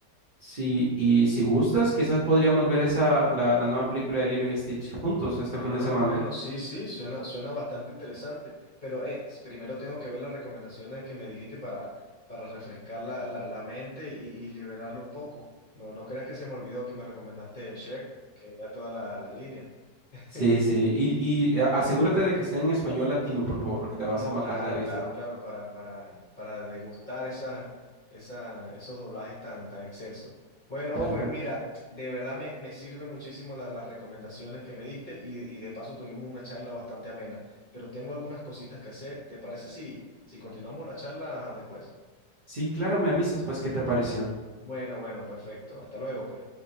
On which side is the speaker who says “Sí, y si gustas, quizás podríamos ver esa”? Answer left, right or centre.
Right